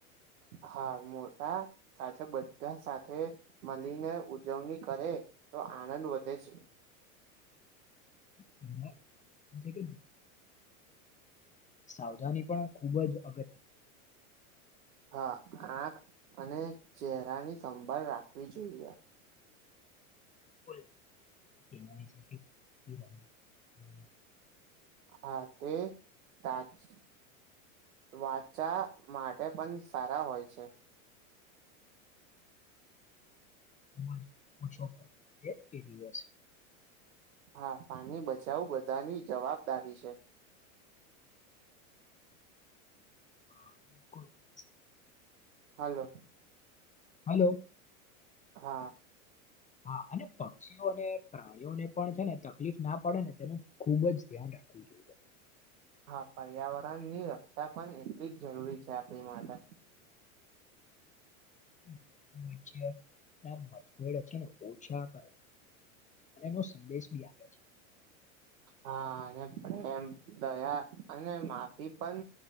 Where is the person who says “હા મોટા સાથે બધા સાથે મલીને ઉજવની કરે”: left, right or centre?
Right